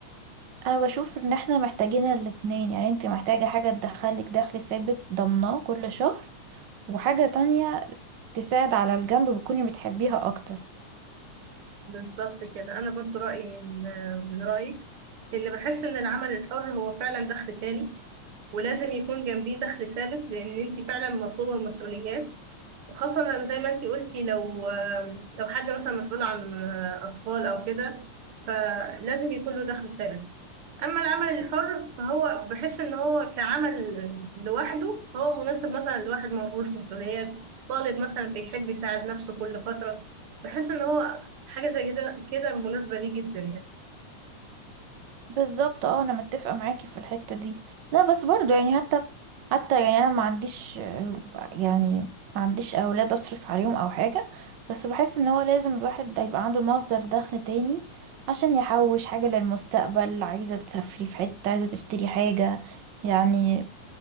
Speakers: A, on the right; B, on the right.
A: انا بشوف ان احنا محتاجين الاتنين يعني انت محتاجة حاجة تدخلك دخل ثابت ضمناه كل شهر وحاجة تانية تساعد على الجنب بتكوني بتحبيها اكتر
B: بالظبط كده انا برضو رأيي من آه، من رأيك لان بحس ان العمل الحر هو فعلا دخل تاني ولازم يكون جنبيه دخل ثابت لان انتي فعلا مطلوبة المسؤوليات وخاصة زي ما انتي قلتي لو لو حد مثلا مسؤول عن أطفال أو كده فلازم يكون له دخل ثابت أما العمل الحر فهو بحس إن هو كعمل لوحده فهو مناسب مثلا لواحد ملهوش مسؤوليات طالب مثلا بيحب يساعد نفسه كل فترة بحس إن هو حاجة زي كده كده مناسبة ليه جدا
A: بالظبط اه انا متفقة معاكي في الحتة دي لا بس برضو يعني حتى حتى يعني انا ما عنديش آه، يعني ما عنديش اولاد اصرف عليهم او حاجة بس بحس ان هو لازم الواحد ده يبقى عنده مصدر دخل تاني عشان يحوش حاجة للمستقبل عايزة تسافري في حتة عايزة تشتري حاجة يعني